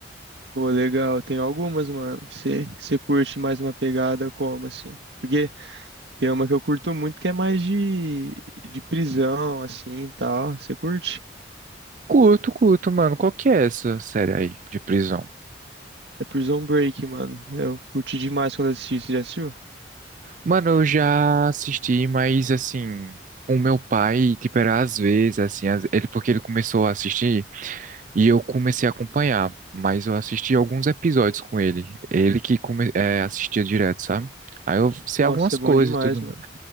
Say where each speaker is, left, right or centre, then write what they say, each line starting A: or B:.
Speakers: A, on the right; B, on the right.
A: Pô, legal, tem algumas, mano. Você você curte mais uma pegada como assim? Porque tem uma que eu curto muito que é mais de, de prisão, assim, e tal. Você curte?
B: Curto, curto, mano. Qual que é essa série aí de prisão?
A: É Prison Break, mano. Eu curti demais quando assisti, você já assistiu?
B: Mano, eu já assisti, mas assim, o meu pai, tipo, era às vezes, assim, às- ele porque ele começou a assistir. E eu comecei a acompanhar, mas eu assisti alguns episódios com ele. Ele que come- é, assistia direto, sabe? Aí eu sei
A: Nossa,
B: algumas
A: é bom
B: coisas
A: demais,
B: e tudo.
A: mano.